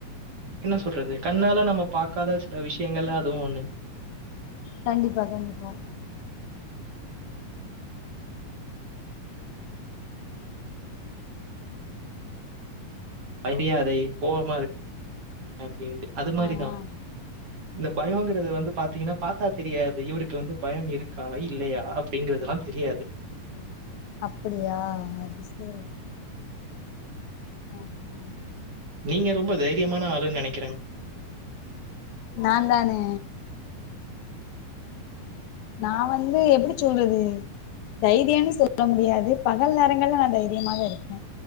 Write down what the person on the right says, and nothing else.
என்ன சொல்றது கண்ணால நம்ம பாக்காத சில விஷயங்கள்லாம் அதுவு ஒண்ணு
மண்டியாதை போவமா இரு அப்படின்னு அது மாரி
தா
இந்த பயோங் வந்து பாத்தீங்கன்னா பாத்தா தெரியாது இவருக்கு வந்து பயம் இருக்கா இல்லையா அப்படிங்கறதுல்லா தெரியாது
நீங்க ரொம்ப தைரியமான ஆள் னுநெனக்